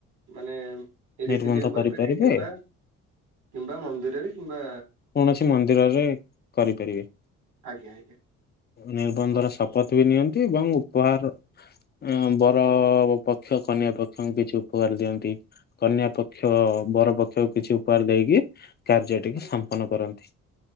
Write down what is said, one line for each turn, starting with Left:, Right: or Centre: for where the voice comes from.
Right: ମାନେ ଏ
Left: ନିର୍ବନ୍ଧ
Right: ରୀତି ଟ
Left: କରିପାରିବେ
Right: କରିପାରିବ କିମ୍ବା କିମ୍ବା ମନ୍ଦିରରେ କିମ୍ବା
Left: କୌଣସି ମନ୍ଦିରରେ କରିପାରିବେ।
Right: ଆଜ୍ଞା ଆଜ୍ଞା
Left: ନିର୍ବନ୍ଧର
Right: କୁହନ୍ତୁ
Left: ଶପଥ ବି ନିଅନ୍ତି ଏବଂ ଉପହାର ଅ ବର ପକ୍ଷ କନ୍ୟା ପକ୍ଷଙ୍କୁ କିଛି ଉପକାର ଦିଅନ୍ତି କନ୍ୟା ପକ୍ଷ ବର ପକ୍ଷକୁ କିଛି ଉପହାର ଦେଇକି କାର୍ଯ୍ୟ ଟିକ
Right: ଆଜ୍ଞା
Left: ସମ୍ପନ୍ନ କରନ୍ତି